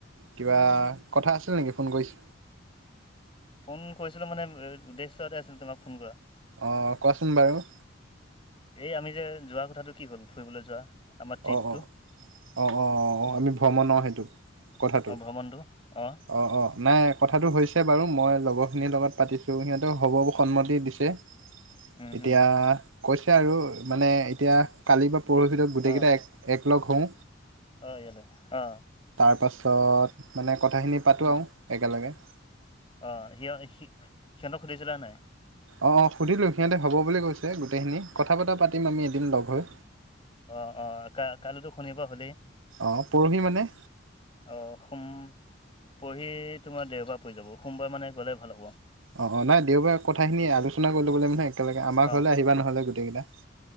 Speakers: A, on the right; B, on the left.
A: কিবা কথা আছিল নেকি ফোন কৰিছে।
B: ফোন কৰিছিলো মানে উদ্দেশ্য এটা আছিলে তোমাক ফোন কৰা।
A: অঁ কোৱাচোন বাৰু।
B: এই আমি যে যোৱা কথাটো কি হ'ল ফুৰিবলে যোৱা। আমাৰ ট্ৰিপটো?
A: অঁ অঁ অঁ অঁ অঁ অঁ আমি ভ্ৰমণৰ সেইটো। কথাটো
B: অ ভ্ৰমণটো অ
A: অ অ নাই কথাটো হৈছে বাৰু মই লগৰখিনিৰ লগত পাতিছো সিহঁতৰ হ'ব সন্মতি দিছে।
B: উম
A: এতিয়া
B: উম
A: কৈছে আৰু মানে এতিয়া কালি বা পৰহি ভিতৰত গোটেইকেইটা
B: অ
A: একলগ হওঁ।
B: অ ইয়াতে অ
A: তাৰপাছত মানে কথাখিনি পাতোঁ
B: উম
A: আৰু একেলগে।
B: অ সিহঁ সি সিহঁতক সুধিছিলা নাই?
A: অঁ সুধিলোঁ সিহঁতে হ'ব বুলি কৈছে গোটেইখিনি কথা বতা পাতিম আমি এদিন লগ হৈ।
B: অঁ অঁ কা কাইলৈতো শনিবাৰ হ'লেই।
A: অঁ পৰহি মানে।
B: অঁ সোম পৰহি তোমাৰ দেওবাৰ পৰি যাব সোমবাৰ মানে গ'লে ভাল হ'ব।
A: অ নাই দেওবাৰে কথাখিনি আলোচনা কৰি ল'ব লাগিব নহয় একেলগে আমাৰ
B: অ
A: ঘৰলে আহিবা নহ'লে গোটেইকেইটাই